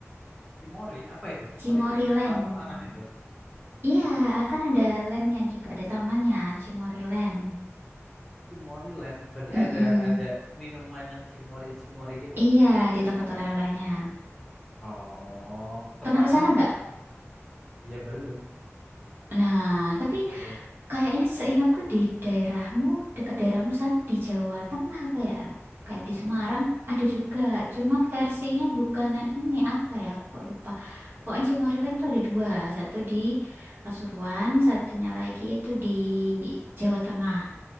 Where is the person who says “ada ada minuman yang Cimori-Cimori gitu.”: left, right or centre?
Centre